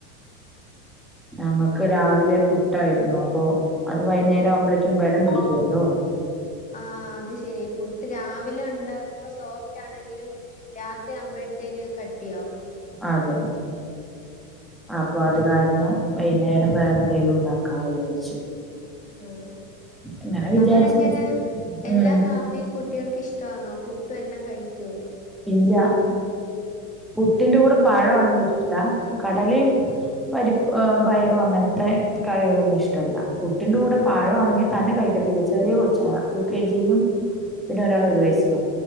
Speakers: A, in the centre; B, on the left.
A: ഞങ്ങൾക്ക് രാവിലെ പുട്ടായിരുന്നു അപ്പൊ അത് വൈന്നേരം ആവുമ്പോളെക്കും ബലം പിടിക്കുല്ലോ
B: ആഹ് അത് ശരിയ പുട്ട് രാവിലെ ഉണ്ടാക്കുമ്പോ സോഫ്റ്റ് ആണെങ്കിലും രാത്രി ആകുമ്പഴത്തേന് അത് കട്ടിയാവും
A: അതെ അപ്പൊ അത് കാരണം വൈന്നേരം വേറെ എന്തെങ്കിലും ഉണ്ടാക്കാ വിചാരിച്ചു
B: ആഹ്
A: അങ്ങനെ വിചാരിച്ചിട്ട്
B: അവടെങ്ങനെ എല്ലാ
A: ഉം
B: കാപ് പ്പീ കുട്ടികൾക്ക് ഇഷ്ടാന്നോ പുട്ടും എല്ലം കഴിക്കോ
A: ഇല്ല പുട്ടിന്റെ കൂടെ
B: ആഹ്
A: പഴ ആണെങ്കി ഇഷ്ടാ കടലിം പരിപ്പ് പയറും അങ്ങനത്തെ കറികളൊന്നും ഇഷ്ടമല്ല പുട്ടിന്റെ കൂടെ പഴ ആണെങ്കിൽ തന്നെ കഴിക്കത്തില്ല ചെറിയ കൊച്ചാണ് യു കെ ജിയിലും പിന്നെ ഒരാൾ ഒരു വയസാ